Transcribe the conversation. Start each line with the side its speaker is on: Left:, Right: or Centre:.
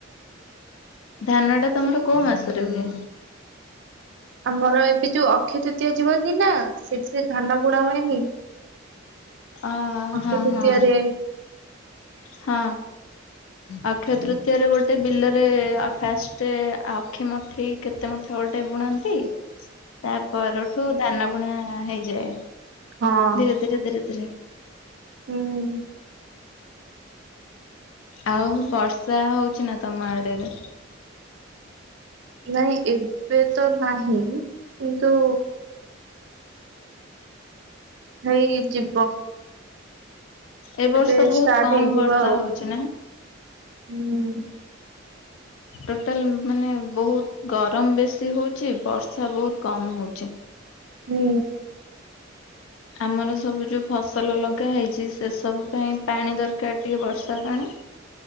Left: ଧାନ ଟା ତମର କୋଉ ମାସରେ ହୁଏ?
Right: ଆମର ଏବେ ଯୋଉ ଅକ୍ଷୟ ତୃତୀୟ ଯୀବନି ନା ସେଥିରେ ଧାନ ବୁଣା ହୁଏନି।
Left: ଅ
Right: ଅକ୍ଷୟ
Left: ହଁ
Right: ତୃତୀୟାରେ
Left: ହଁ ହଁ। ଅକ୍ଷୟ ତୃତୀୟରେ ଗୋଟେ ବିଲରେ ଆ ଫାଷ୍ଟ ଅକ୍ଷି ମୁଠି କେତେ ମୁଠା ଗୋଟେ ବୁଣାନ୍ତି ତା ପରଠୁ ଧାନ ବୁଣା ହେଇଯାଏ। ଧୀରେ,
Right: ହଁ
Left: ଧୀରେ, ଧୀରେ, ଧୀରେ
Right: ହୁଁ।
Left: ଆଉ ବର୍ଷା ହେଉଛି ନା ତମ ଆଡ଼େରେ?
Right: ନାଇଁ ଏବେ ତ ନାହିଁ କିନ୍ତୁ ହେଇ ଯିବ
Left: ଏବ ବର୍ଷ
Right: ଏବେ
Left: ବୋହୁତ୍
Right: ଷ୍ଟାର୍ଟ
Left: କମ୍
Right: ହେଇଯିବ
Left: ବର୍ଷା
Right: ଆଉ
Left: ହଉଛି ନା?
Right: ହୁଁ।
Left: ଟୋଟାଲ ମାନେ ବୋହୁତ୍ ଗରମ ବେଶୀ ହେଉଛି। ବର୍ଷା ବୋହୁତ୍ କମ୍ ହେଉଛି।
Right: ହୁଁ।
Left: ଆମର ସବୁ ଯୋଉ ଫସଲ ଲଗା ହେଇଛି ସେ ସବୁ ପାଇଁ ପାଣି ଦରକାର ଟିକେ ବର୍ଷା ପାଣି।